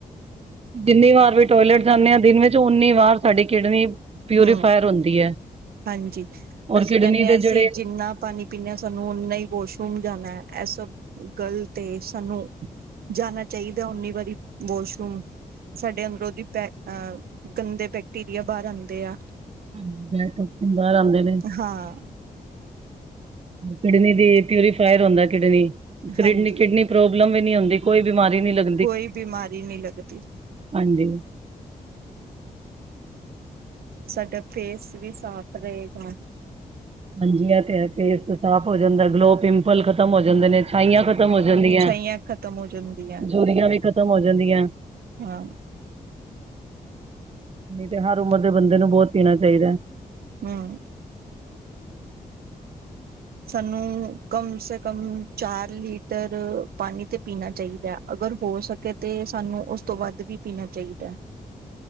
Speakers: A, on the right (about 40°); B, on the right (about 90°).
A: ਜਿੰਨੀ ਵਾਰ ਵੀ ਟੋਇਲੇਟ ਜਾਂਨੇ ਆ ਦਿਨ ਵਿੱਚ ਉੱਨੀ ਵਾਰ ਸਾਡੀ ਕਿਡਨੀ
B: ਹਮ
A: ਪਿਊਰੀਫਾਇਰ ਹੁੰਦੀ ਐ।
B: ਹਾਂਜੀ,
A: ਔਰ
B: ਅਸੀਂ
A: ਕਿਡਨੀ
B: ਕੈਂਨੇ
A: ਦੇ
B: ਆ ਅਸੀਂ
A: ਜਿਹੜੇ
B: ਜਿ ਜਿੰਨਾ ਪਾਣੀ ਪੀਨੇ ਆ ਸਾਨੂੰ ਉਨਾ ਈ ਵੋਸ਼ਰੂਮ ਜਾਣਾ ਐ ਸਭ ਗਲਤ ਏ ਸਾਨੂੰ ਜਾਣਾ ਚਾਈਦੈ ਉਨੀ ਵਾਰੀ ਵੋਸ਼ਰੂਮ। ਸਾਡੇ ਅੰਦਰੋਂ ਦੀ ਪੈ ਅ ਗੰਦੇ ਬੈਕਟੀਰੀਆ ਬਾਰ ਆਂਦੇ ਆ।
A: ਅੰਦਰ ਟੋਕਸੀਨ ਬਾਰ ਆਂਦੇ ਨੇ
B: ਹਾਂ।
A: ਕਿਡਨੀ ਦੀ ਪਿਊਰੀਫਾਇਰ ਹੁੰਦਾ ਕਿਡਨੀ, ਕਿਡਨੀ-ਕਿਡਨੀ
B: ਹਾਂਜੀ
A: ਪ੍ਰੋਬਲਮ ਵੀ ਹੁੰਦੀ ਕੋਈ ਬਿਮਾਰੀ ਨੀ ਲੱਗ
B: ਕੋਈ ਬਿਮਾਰੀ ਨੀ ਲੱਗਦੀ।
A: ਹਾਂਜੀ,
B: ਸਾਡਾ ਫੇਸ ਵੀ ਸਾਫ਼ ਰਏਗਾ।
A: ਹਾਂਜੀ ਐ ਤੇ ਫੇਸ਼ ਵੀ ਸਾਫ਼ ਹੋ ਜਾਂਦਾ ਗਲੋ ਪਿਮ ਪਲ ਖ਼ਤਮ ਹੋ ਜਾਂਦੇ ਨੇ ਛਾਈਆਂ ਖਤਮ ਹੋ ਜਾਂਦੀ ਐ।
B: ਛਾਹੀਆਂ ਖਤਮ ਹੋ ਜਾਂਦੀ ਐ।
A: ਯੂਰੀਆਂ ਵੀ ਖ਼ਤਮ ਹੋ ਜਾਂਦੀਆਂ।
B: ਹਾਂ।
A: ਨਈ ਤੇ ਹਰ ਉਮਰ ਦੇ ਬੰਦੇ ਨੂੰ ਬੋਤ ਪੀਣਾ ਚਾਈਦਾ।
B: ਹੂੰ। ਸਾਨੂੰ ਕਮ ਸੇ ਕਮ ਚਾਰ ਲੀਟਰ ਪਾਣੀ ਤੇ ਪੀਣਾ ਚਾਈਦਾ ਅਗਰ ਹੋ ਸ ਕੇ ਤੇ ਸਾਨੂੰ ਉਸ ਤੋਂ ਵੱਧ ਵੀ ਪੀਣਾ ਚਾਈਦੈ।